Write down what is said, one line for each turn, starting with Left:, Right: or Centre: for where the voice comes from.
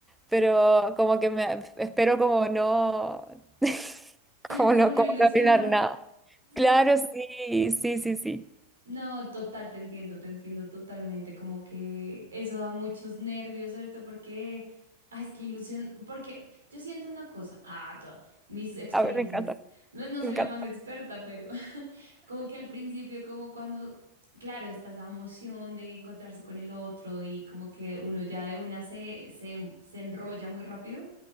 Centre: pero como que me espero como no, <laughs>
Right: <laughs>
Centre: como
Right: Como
Centre: no,
Right: no
Centre: como
Right: ilusionar.
Centre: no arruinar nada.
Right: Sí.
Centre: Claro, sí, sí, sí, sí.
Right: No, total, te entiendo, te entiendo totalmente, como que eso da muchos nervios ahorita porque, ah, es que ilusión, porque yo siento una cosa, ah, toda, mis experiencias,
Centre: A ver, me encanta,
Right: no, no
Centre: me
Right: soy
Centre: encanta.
Right: la más experta, pero <laughs> Como que al principio, como cuando, claro, está esa emoción de encontrarse con el otro y como que uno ya de una se, se, se enrolla muy rápido,